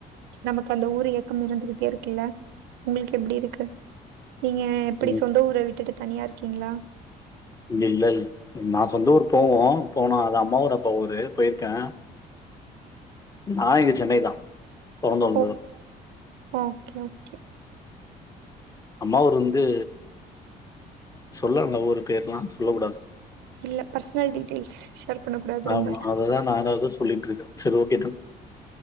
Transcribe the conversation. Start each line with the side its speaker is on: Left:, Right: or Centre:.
Right: நமக்கு அந்த ஊரு ஏக்கம் இருந்துகிட்டே இருக்குல்ல உங்களுக்கு எப்டி இருக்கு? நீங்க எப்பிடி
Left: ம்
Right: சொந்த ஊர விட்டுட்டு தனியா இருக்கீங்ளா?
Left: இல்ல இல்ல நா சொந்த ஊர் போவோ போனா அது அம்மாவோட அப்பா ஊரு போயிர்க்கே நா இங்க சென்னை தா பொறந்து வளந்ததெ
Right: ஓ ஓகே ஓகே
Left: அம்மா‌ ஊரு வந்து சொல்லால்ல ஊரு பேர்லா சொல்ல கூடாது
Right: இல்ல பர்ஸ்னல் டீட்டெய்ல்ஸ் ஷேர் பண்ணக்கூடாது
Left: ஆமா
Right: ரொம்ப
Left: அத தா நானு வந்து சொல்லிட்ருக்கே செரி ஓகே டன்